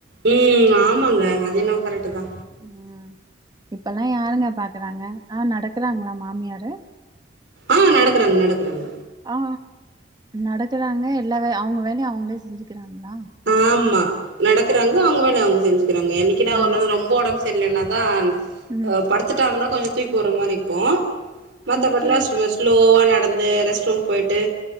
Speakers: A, on the right; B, on the right.
A: ம் ஆமாங்க அது என்னவோ கரெட்டு தா
B: அ இப்பெல்லா யாருங்க பாக்குறாங்க ஆ நடக்குறாங்களா மாமியாரு
A: ஆ நடக்குறாங்க நடக்குறாங்க
B: ஆ நடக்கறாங்க எல்லா வே அவங்க வேலைய அவங்களே செஞ்சுக்கிறாங்களா
A: ஆமா நடக்குறாங்க
B: அப்போ
A: அவங்க வேலைய அவங்க செஞ்சுக்கிறாங்க என்னிக்குடா
B: பரவா
A: ஒரு நாள் ரொம் ரொம்ப ஒடம்பு சரியில்லனாதா அ
B: ம்
A: படுத்துட்டாங்கன்னா கொஞ்சோ தூக்கி விடுற மாரி இருக்கு மத்தபடிலா
B: தூக்கி
A: ஸ்வ ஸ்லோவா நடந்து ரெஸ்ட் ரூம் போய்ட்டு